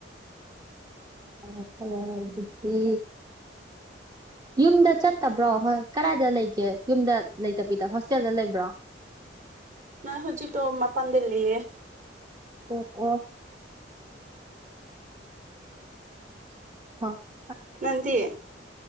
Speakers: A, on the right (about 20°); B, on the right (about 45°).
A: ꯐꯔꯦ ꯐꯔꯦ ꯑꯗꯨꯗꯤ ꯌꯨꯝꯗ ꯆꯠꯇꯕ꯭ꯔꯣ ꯍꯣꯏ ꯀꯔꯥꯏꯗ ꯂꯩꯒꯦ ꯌꯨꯝꯗ ꯂꯩꯇꯕꯤꯗ ꯍꯣꯁꯇꯦꯜꯗ ꯂꯩꯕ꯭ꯔꯣ <unintelligible>
B: ꯅꯣꯏ ꯍꯧꯖꯤꯛꯛꯇꯣ ꯃꯄꯥꯟꯗ ꯂꯩꯌꯦ
A: ꯑꯣ ꯑꯣ <unintelligible>
B: ꯅꯪꯗꯤ